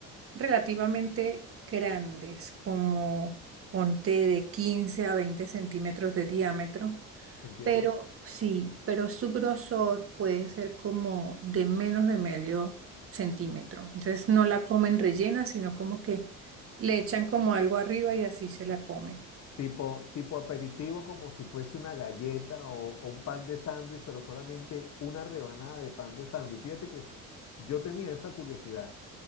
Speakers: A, on the right; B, on the left.
A: relativamente grandes, como ponte de 15 a 20 centímetros de diámetro
B: entiendo.
A: pero sí, pero su grosor puede ser como de menos de medio centímetro. Entonces no la comen rellena, sino como que le echan como algo arriba y así se la comen.
B: Tipo, tipo aperitivo, como si fuese una galleta o, o un pan de sándwich, pero solamente una rebanada de pan de sándwich. Fíjate que yo tenía esa curiosidad.